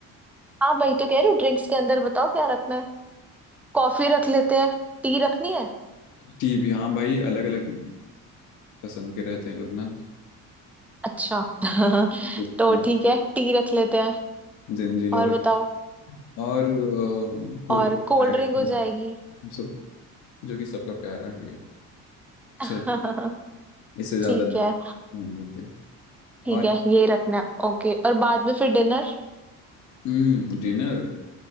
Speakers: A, in the centre; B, on the left.
A: हाँ वही तो कह रही हूँ ड्रिंक्स के अंदर बताओ क्या रखना है कॉफी रख लेते हैं टी रखनी है
B: टी भी हाँ भाई अलग अलग पसंद के रहते हैं लोग ना
A: अच्छा <laughs>
B: जिन
A: तो ठीक है टी रख लेते हैं
B: जी लोग
A: और
B: हैं
A: बताओ
B: और अ, कोल्ड
A: और कोल्ड
B: ड्रिंक
A: ड्रिंक हो जाएगी
B: हम सब जो कि सबका प्यारा है
A: <laughs>
B: चल इससे ज्यादा
A: ठीक
B: नहीं
A: है
B: हम लेते हैं।
A: ठीक
B: और
A: है यही रखना है ओके और बाद में फिर डिनर
B: हम्म डिनर